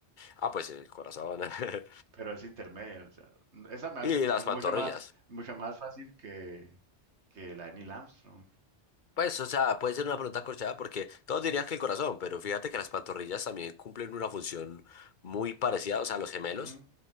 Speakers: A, on the left; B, on the right.
A: Ah, pues el corazón. <laughs>
B: Pero es intermedio, o sea, n- esa me hace
A: Y
B: mucho,
A: las
B: mucho
A: pantorrillas.
B: más, mucho más fácil que, que la de Neil Armstrong.
A: Pues, o sea, puede ser una pregunta corchada porque todos dirían que el corazón, pero fíjate que las pantorrillas también cumplen una función muy parecida, o sea, los gemelos,
B: Ujú,